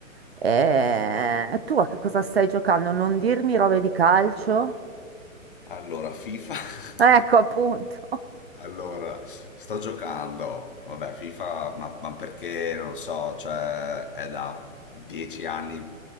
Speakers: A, on the right; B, on the left.
A: E... e tu a che cosa stai giocando? Non dirmi robe di calcio?
B: Allora, FIFA. <laughs>
A: Ecco, appunto.
B: Allora, sto giocando, vabbè, FIFA, ma, ma perché non lo so, cioè è da dieci anni,